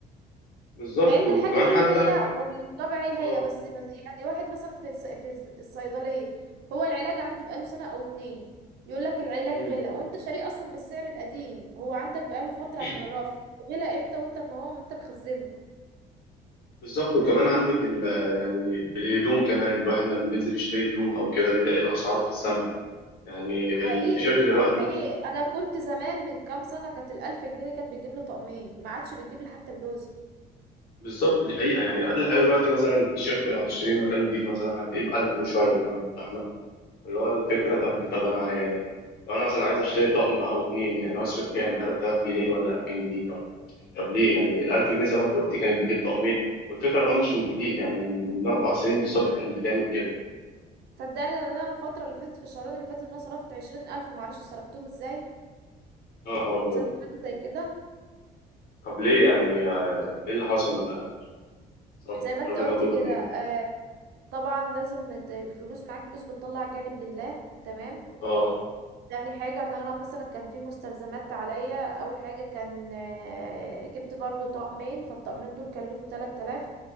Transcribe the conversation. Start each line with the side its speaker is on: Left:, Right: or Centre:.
Left: بالظبط
Right: مع ان
Left: وكمان
Right: الحاجه
Left: حتى
Right: هي هي صح؟ والطبع هي
Left: اه
Right: هي بس مز- يعني واحد مثلا في الص- في الصيدليه هو العلاج عنده بقاله سنه او اتنين يقول لك العلاج
Left: مم.
Right: غلى وانت شاريه اصلا بالسعر القديم هو عندك بقاله فتره
Left: <clears throat>
Right: في الرف غلى امتى وانت ما هو انت مخزنه
Left: بالظبط وكمان عندك ال... يعني الهدوم كمان الواحد لما بينزل يشتري هدوم او كده بيلاقي الاسعار في السماء يعني
Right: حقيقي
Left: التيشيرت دلوقتي
Right: آه حقيقي انا كنت زمان من كام سنه كانت الالف جنيه دي كانت بتجيب له طقمين ما عادش بتجيب لي حتى بلوز
Left: بالظبط دي حقيقه يعني اقل حاجه دلوقتي مثلا التيشيرت لو هتشتريه من مكان نضيف مثلا هتلاقيه ب 1000 وشويه كمان فاهمه اللي هو الفكره طب طب انا يعني لو انا مثلا عايز اشتري طقم او اتنين يعني هصرف كام 3000 جنيه ولا 2000 جنيه طب طب ليه يعني ال 1000 جنيه زي ما انت قلت كانت بتجيب طقمين والفكره ان هو مش من كتير يعني من من اربع سنين بالظبط كانت بتعمل كده
Right: صدقني إن انا الفتره اللي فاتت في الشهرين اللي فاتت إن انا صرفت عشرين الف معرفش صرفتهم ازاي
Left: يا نهار ابيض
Right: تصدق حاجه زي كده
Left: طب ليه يعني ايه اللي حصل الرفض
Right: زي ما انت
Left: الرفض
Right: قلت
Left: ده كله
Right: كده
Left: في ايه
Right: آه، طبعا لازم مت- الفلوس معاك فلوس بتطلع جانب لله تمام
Left: اه
Right: تاني حاجة ان انا مثلا كان في مستلزمات عليا اول حاجة كان آه، جبت برضو طقمين فالطقمين دول كلفوا 3000